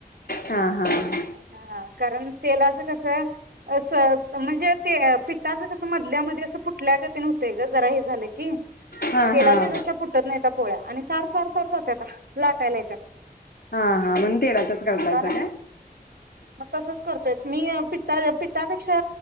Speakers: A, on the left; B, on the right.
A: हा हा हा
B: हा कारण तेलाचं कसं अस म्हणजे ते पिठाच कस मधल्यामध्ये असं फुटल्या ग ते नव्हत ग जरा हे झालं की तेलाच्या
A: हा हा
B: जशा फुटत नाही पोळ्या आणि सार सार सार जात्याता लाटायला येत्यात.
A: हा हा म्हणुन तेलाच्या च करतायसा
B: म्हणताना
A: काय
B: मग तसच करतोय मी पि्टा पिट्टापेक्षा